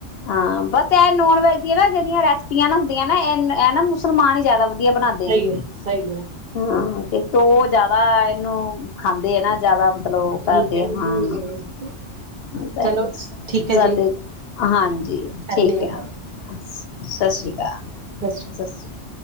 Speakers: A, on the left; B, on the right.
A: ਹਾਂ ਬਸ ਇਹ ਨੋਨ ਵੈਜ ਦੀਆਂ ਨਾ ਜਿਹੜੀਆਂ ਰੈਸਪੀਆਂ ਹੁੰਦੀਆਂ ਨਾ ਇਹ ਐਨਾ ਮੁਸਲਮਾਨ ਹੀ ਜਿਆਦਾ ਵਧੀਆ ਬਣਾਉਂਦੇ
B: ਸਹੀ
A: ਨੇ
B: ਹੈ ਸਹੀ ਹੈ
A: ਹਾਂ ਤੇਕ ਜਿਆਦਾ ਇਹਨੂੰ ਖਾਂਦਾ ਦੇਣਾ ਜ਼ਿਆਦਾ ਮਤਲਬ ਉਹ ਕਰਦੇ
B: ਠੀਕ ਹੈ
A: ਹਾਂ ਤੇ
B: ਚਲੋ ਠੀਕ ਹੈ
A: ਸਾਡੇ
B: ਜੀ
A: ਹਾਂਜੀ
B: ਕਰਨੀ
A: ਠੀਕ
B: ਆ
A: ਹੈ ਸਤਿ ਸ਼੍ਰੀ ਅਕਾਲ
B: ਅਕਾਲ।
A: ਸਤਿ ਸ਼੍ਰੀ ਅਕਾਲ